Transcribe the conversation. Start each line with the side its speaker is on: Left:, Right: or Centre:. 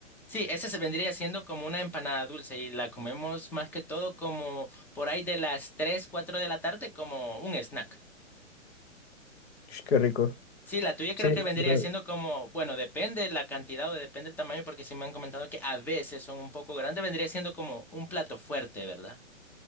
Centre: Sí, esa se vendría siendo como una empanada dulce y la comemos más que todo como por ahí de las 3, 4 de la tarde como un snack.
Left: Ush, qué rico.
Centre: Sí, la tuya
Left: Sí.
Centre: creo que vendría
Left: pero-
Centre: siendo como, bueno, depende la cantidad o depende el tamaño porque sí me han comentado que a veces son un poco grandes, vendría siendo como un plato fuerte, ¿verdad?